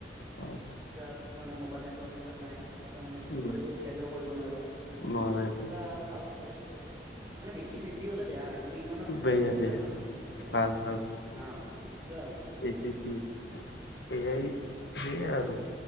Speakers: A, on the left; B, on the right.
A: অ'।
B: যাত মানে ম'বাইল নেটৱৰ্ক এইবিলাক নাই, সিহঁতে মানে কিবা
A: নাই
B: কৰিব বিচাৰিলেও কৰিব নোৱাৰিব।
A: নোৱাৰে
B: এইটো
A: একো
B: এটা কাৰণ আছে, মানে বেছি বৃদ্ধি হ'লে বেয়া। কিন্তু ইমানতে সীমিত
A: বেয়া
B: হৈ থাকিলে
A: বেয়া,
B: ভাল
A: ভাল ভাল।
B: অ'। সেইটোৱে ভাবিছোঁ ম
A: এইটো-এইটোৱে, এ আই সেইয়া আৰু।